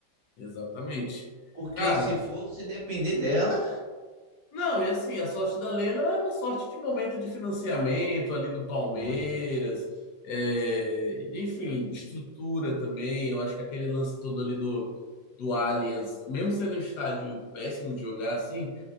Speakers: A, on the left; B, on the right.
A: exatamente.
B: Porque
A: Cara,
B: se fosse depender dela,
A: Não, e assim, a sorte da Leila é uma sorte de momento de financiamento ali do Palmeiras,
B: muito.
A: é, enfim, estrutura também. Eu acho que aquele lance todo ali do, do Allianz, mesmo sendo um estádio péssimo de jogar assim,